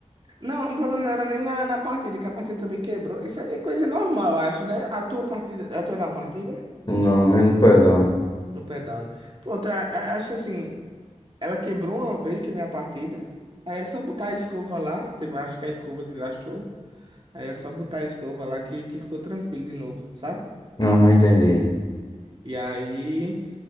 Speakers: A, on the right (about 40°); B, on the left (about 40°).
A: Não, o problema não era nem na, na partida, que a partida também quebrou. Isso é coisa normal, eu acho, né? A tua partida, a tua é na partida?
B: Não, menos pedal.
A: No pedal, né? Pronto, a- a- acho que assim, ela quebrou uma vez também a partida. Aí é só botar a escova lá. Tipo, acho que a escova desgastou. Aí é só botar a escova lá que, que ficou tranquilo de novo, sabe?
B: Aham, entendi.
A: E aí,